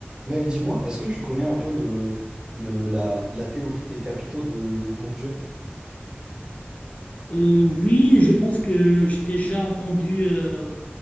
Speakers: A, on the right (about 20°); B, on the left (about 35°).
A: Mec, dis-moi, est-ce que tu connais un peu le, le, la, la théorie des capitaux de, de Bourdieu?
B: Euh, oui, je pense que j'ai déjà entendu euh,